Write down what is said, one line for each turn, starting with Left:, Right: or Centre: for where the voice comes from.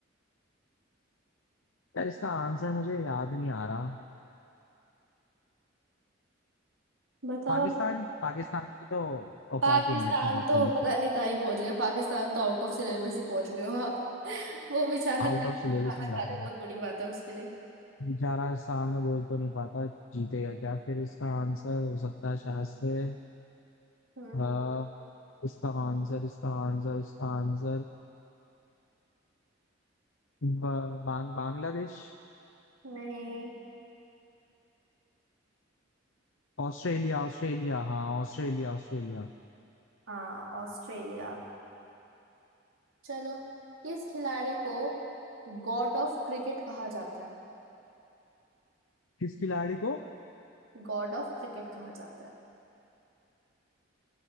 Left: यार इसका आंसर मुझे याद नहीं आ रहा
Right: बताओ
Left: पाकिस्तान
Right: आप।
Left: पाकिस्तान की तो औकात
Right: पाकिस्तान
Left: ही नहीं है इतनी जीतने
Right: तो पता
Left: की
Right: नहीं कहाँ ही पहुंच गए पाकिस्तान तो आउट ऑफ सिलेबस ही पहुंच गए हो आप <laughs> वो बेचारा
Left: आउट
Right: क्या
Left: ऑफ सिलेबस
Right: खाना
Left: ही
Right: खा
Left: जा रहा
Right: ले
Left: है
Right: बहुत बड़ी बात है उसके लिए
Left: बेचारा सामने बोल तो नहीं पाता जीतेगा क्या फिर इसका आंसर हो सकता है शायद से
Right: हम्म
Left: अह, इसका आंसर इसका आंसर इसका आंसर ब- बांग बांग्लादेश
Right: नहीं
Left: ऑस्ट्रेलिया ऑस्ट्रेलिया हाँ ऑस्ट्रेलिया ऑस्ट्रेलिया
Right: हाँ ऑस्ट्रेलिया चलो किस खिलाड़ी को गॉड ऑफ क्रिकेट कहा जाता है
Left: किस खिलाड़ी को
Right: गॉड ऑफ क्रिकेट कहा जाता है